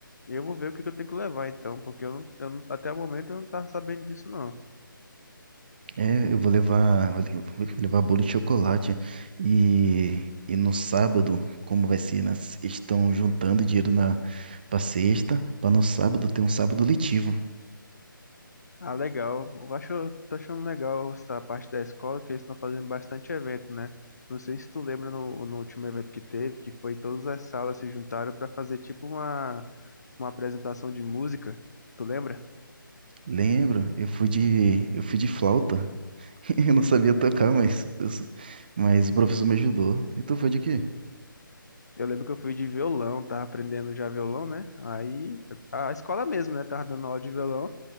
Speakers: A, on the left; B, on the right.
A: eu vou ver o que que eu tenho que levar então, porque eu, não- eu não- até o momento eu não tava sabendo disso não.
B: É, eu vou levar, vou le- vou levar bolo de chocolate e, e no sábado, como vai ser, na se- estão juntando dinheiro na para sexta, para no sábado ter um sábado letivo.
A: Ah, legal. Eu acho, eu tô achando legal essa parte da escola, que eles estão fazendo bastante evento, né? Não sei se tu lembra no, no último evento que teve, que foi todas as salas se juntaram para fazer tipo uma, uma apresentação de música. Tu lembra?
B: Lembro, eu fui de eu fui de flauta. <laughs> Eu não sabia tocar, mas eu s- mas o professor me ajudou. Então foi de quê?
A: Eu lembro que eu fui de violão, tava aprendendo já violão, né? Aí a escola mesmo, né? Tava dando aula de violão.